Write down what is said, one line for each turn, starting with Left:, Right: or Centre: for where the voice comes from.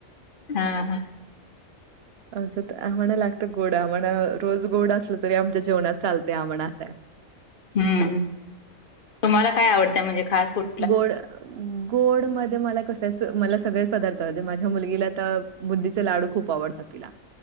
Left: हा हा
Right: आमच्यात आहोंना लागत गोड आम्हाला. रोज गोड असलं तरी आमच्या जेवणात चालतंय आम्हाला असंय.
Left: हम्म, तुम्हाला काय आवडतंय म्हणजे खास कुठ
Right: गोड गोड मध्ये मला कसं मला सगळेच पदार्थ माझ्या मुलगीला आता, बुंदीचे लाडू खूप आवडतात तिला,